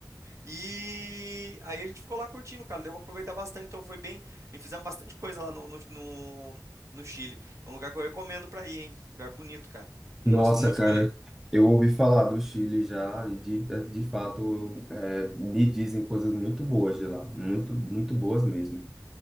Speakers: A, on the right (about 40°); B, in the centre.
A: E aí a gente ficou lá curtindo, cara. Deu pra aproveitar bastante, então foi bem. E fizemos bastante coisa lá no, no, no, no Chile. É um lugar que eu recomendo pra ir, hein? Lugar bonito, cara. Nossa,
B: Nossa,
A: muito
B: cara,
A: bonito.
B: eu ouvi falar do Chile já, e de, de fato, é, me dizem coisas muito boas de lá, muito, muito boas mesmo.